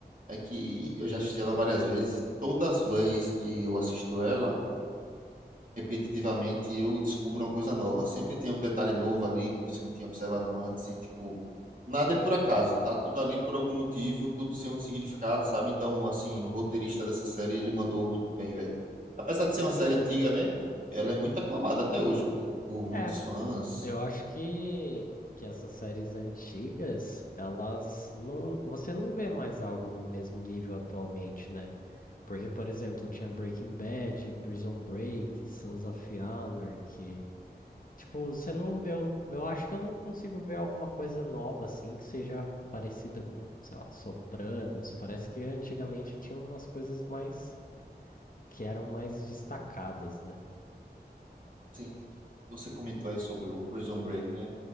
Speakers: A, on the right; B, on the left.
A: é que eu já assisti ela várias vezes e todas as vezes que eu assisto ela. repetitivamente, eu descubro uma coisa nova. Sempre tem um detalhe novo ali que você não tinha observado antes e, tipo, nada é por acaso. Tá tudo ali por algum motivo, tudo sem um significado, sabe? Então, assim, o roteirista dessa série, ele mandou muito bem, velho. Apesar de ser uma série antiga, né?
B: sim.
A: Ela é muito aclamada até hoje por, por muitos
B: É,
A: fãs.
B: eu acho que, que essas séries antigas, elas não. Você não vê mais algo no mesmo nível atualmente, né? Porque, por exemplo, tinha Breaking Bad, Prison Break, Sons of Anarchy. Tipo, você não, eu, eu acho que eu não consigo ver alguma coisa nova assim que seja parecida com, sei lá, Sopranos. Parece que antigamente tinha umas coisas mais que eram mais destacadas, né?
A: Sim, você comentou aí sobre o Prison Break, né?